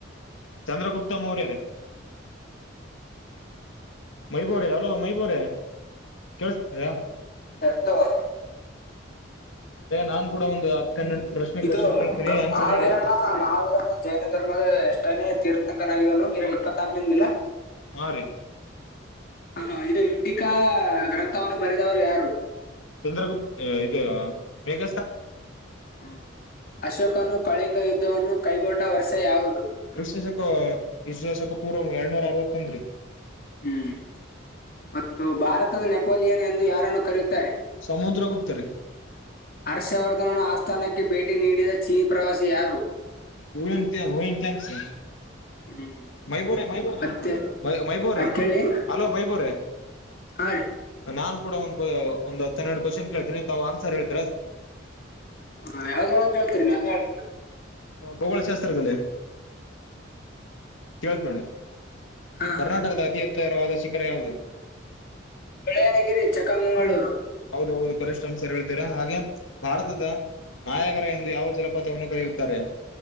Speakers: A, on the left (about 80°); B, on the left (about 45°).
A: ಚಂದ್ರಗುಪ್ತ ಮೌರ್ಯ ರ ಮೈಬೂರ ಹಲೋ ಮೈಬೂರ ಕೇೇಳಸ್ತ
B: ಅ
A: ನಾನ್ ಕೂಡ ಒಂದು ಹತ್ತ ಹನ್ನೆರಡು ಪ್ರಶ್ನೆ
B: ಇದು
A: ಕ್ವಶನ್ ಕೇಳ್ತೀನಿ ಆನ್ಸರ್
B: ಮಹಾವೀರನ
A: ಹೇಳಿ
B: ಮಹಾವೀರನ ಜೈನ ಧರ್ಮದ ಎಷ್ಟೇನೆೇ ತೀರ್ಥಾಂಕನಾಗಿದನು ಇರ ಇಪ್ಪತ್ತಾರಂದಲ
A: ಹಾ ರೀ
B: ಹಾ ಇದು ಇಂಡಿ ಅಕ್ಕ ಗ್ರಂಥವನ್ನು ಬರೆದವ್ರು ಯಾರು
A: ಚಂದ್ರಗುಪ್ತ ಇದು ಮೇಘ
B: ಹ್ಮ್ ಅಶೋಕನು ಕಳಿಂಗ ಯುದ್ಧವನ್ನು. ಕೈಗೊಂಡ ವರ್ಷ ಯಾವುದು?
A: ಕ್ರಿಸ್ತಶಕ ಕ್ರಿಸ್ತಶಕ ಪೂರ್ವ ಎರಡ್ನೂರ ಅರವತ್ತೊಂದರಿ.
B: ಹ್ಮ್ ಮತ್ತು ಭಾರತದ ನೆಪೋಲಿಯನ್ ಎಂದು ಯಾರನ್ನು ಕರೆಯುತ್ತಾರೆ?
A: ಸಮುದ್ರ ಗುಪ್ತ ರೀ
B: ಹರ್ಷವರ್ಧನ ಆಸ್ಥಾನಕ್ಕೆ ಭೇಟಿ. ಬೇಟಿ ನೀಡಿದ ಚೀ ಪ್ರವಾಸಿ ಯಾರು?
A: ಹೂವಂತಿಯ ಹುಯಿನ್ <unintelligible>
B: ಹ್ಮ್
A: ಮೈಬೋರೆ ಮೈಬ
B: ಮತ್ತೆ
A: ಮೈಬೋರೆ
B: ಮಕ್ಕಳಿ
A: ಹಲೋ ಮೈಬೋರೆ
B: ಹಾ ರೀ
A: ನಾನ್. ಕೂಡಾ ಒಂದು ಒಂದು ಹತ್ತ ಹನ್ನೆರಡ್ ಕೋಶನ್ ಕೇಳ್ತೀನಿ ತಾವು ಆನ್ಸರ್ ಹೇಳಿ.
B: ಹಾ ಯಾವ್ದ್ರೊಳಗ ಕೇಳ್ತೀರಿ ನೀವ ಅದ ಹೇಳ್ರಿ ನಮಗ.
A: ಭಗೋಳಶಾಸ್ತ್ರದಲ್ಲಿ. ಕೇಳ್ತ್ ನೋಡಿ
B: ಹಾ
A: ಕರ್ನಾಟಕದ ಅತಿ ಎತ್ತ್. ತ್ತರವಾದ ಶಿಖರ ಯಾವುದು?
B: ಬೆಳ್ಳಯನಗಿರಿ ಚಿಕ್ಕಮಂಗಳೂರು.
A: ಹೌದು ಹೌದು ಕರಿಷ್ಠ ಆನ್ಸರ್ ಹೇಳ್ತೀರ ಹಾಗೆ ಭಾರತದ ನಾಯಗರ ಎಂದು ಯಾವ ಜಲಪಾತವನ್ನು ಕರೆಯುತ್ತಾರೆ?